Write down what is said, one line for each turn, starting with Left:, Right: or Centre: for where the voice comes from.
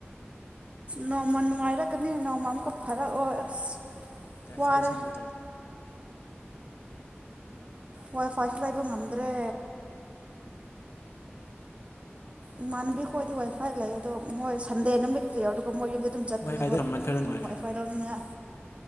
Right: ꯅꯣꯡꯃ ꯅꯨꯡꯉꯥꯏꯔꯛꯀꯅꯤ ꯅꯣꯡꯃ ꯑꯃꯨꯛꯀ ꯐꯔꯛꯑꯣ ꯑꯁ
Left: ꯦꯐꯥꯏꯜ
Right: ꯋꯥꯔꯦ
Left: ꯁꯝꯕ ꯇꯧꯔꯤꯦ
Right: ꯋꯥꯏ ꯐꯥꯏꯁꯨ ꯂꯩꯕ ꯉꯝꯗ꯭ꯔꯦ ꯏꯃꯥꯟꯅꯕꯤꯈꯣꯗꯤ ꯋꯥꯏ ꯐꯥꯏ ꯂꯩ ꯑꯗꯣ ꯃꯣꯏ ꯁꯟꯗꯦ ꯅꯨꯃꯤꯠꯇ ꯌꯥꯎꯔꯒ ꯃꯣꯏ ꯑꯗꯨꯝ ꯆꯠꯄꯅꯦꯀꯣꯣꯏ
Left: ꯋꯥꯏꯐꯥꯏꯗ ꯁꯝꯕ ꯈꯔ ꯅꯨꯡꯉꯥꯏꯔꯦ
Right: ꯋꯥꯏꯐꯥꯏ ꯂꯧꯅꯤꯅ